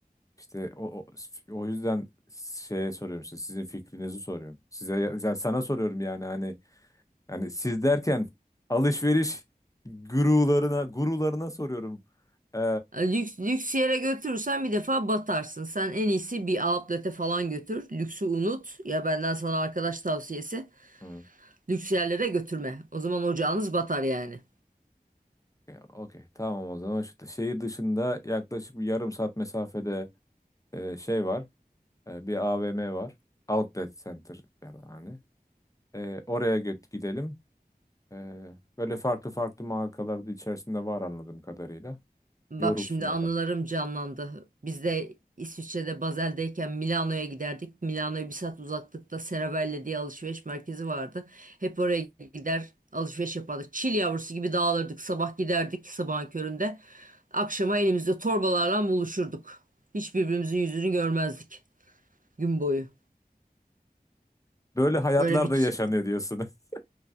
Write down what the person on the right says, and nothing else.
Lüks, lüks yere götürürsen bir defa batarsın. Sen en iyisi bir outlet'e falan götür. Lüksü unut. Ya benden sana arkadaş tavsiyesi.
Lüks yerlere götürme. O zaman ocağınız batar yani.
Bak
şimdi
anılarım canlandı. Biz de İsviçre'de Basel'deyken Milano'ya giderdik. Milano'ya bir saat uzaklıkta Serravalle diye alışveriş merkezi vardı. Hep oraya gider alışveriş yapardık. Çil yavrusu gibi dağılırdık. Sabah giderdik sabahın köründe. Akşama elimizde torbalarla buluşurduk. Hiç birbirimizin yüzünü görmezdik gün boyu.
Öyle bir
ç-